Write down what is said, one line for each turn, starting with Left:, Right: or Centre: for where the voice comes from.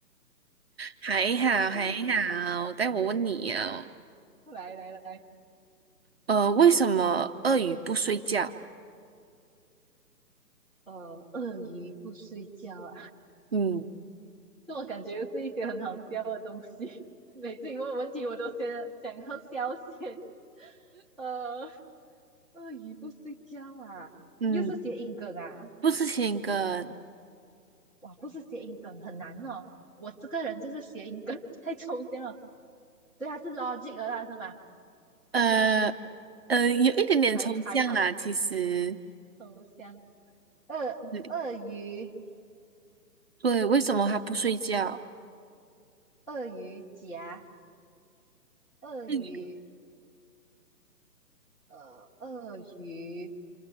Right: 还好还好，
Centre: 啊！
Right: 待我问你啊，
Centre: 来来来，
Right: 呃，为什么鳄鱼不睡觉？
Centre: 呃，鳄鱼不睡觉啊，
Right: 嗯
Centre: <laughs> 这我感觉又是一些很好笑的东西。<laughs> 每次你问我问题，我都先想要笑先。<laughs> 呃，鳄鱼不睡觉啊，
Right: 嗯，
Centre: 又是谐音梗啊！
Right: 不吃先跟，
Centre: 哇，不是谐音梗，很难哦。我这个人就是谐音梗太抽象了，所以它是 logic 了啦，是吗？
Right: 呃呃，有一点点抽象啦，
Centre: 还还好，
Right: 其实，
Centre: 头香，鳄鳄鱼
Right: 对，对，为什么它不睡觉？
Centre: 鳄鱼夹鳄鱼
Right: 鳄鱼
Centre: 呃鳄鱼，